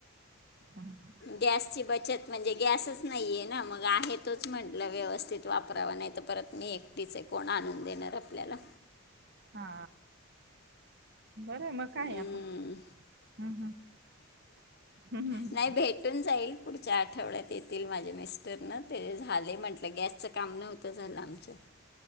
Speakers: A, on the right; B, on the left.
A: हम्म.
B: गॅसची बचत म्हणजे गॅसच नाहीये ना मग आहे तोच म्हटलं व्यवस्थित वापरावा नाही तर परत मी एकटीच आहे, कोण आणून देणार आपल्याला.
A: हा बरं मग काय
B: हम्म.
A: आता हम्म हम्म हम्म, हम्म.
B: नाही भेटून जाईल पुढच्या आठवड्यात येतील माझे मिस्टर ना, ते झाले म्हटलं गॅसच काम नव्ह.. ते झाल आमच,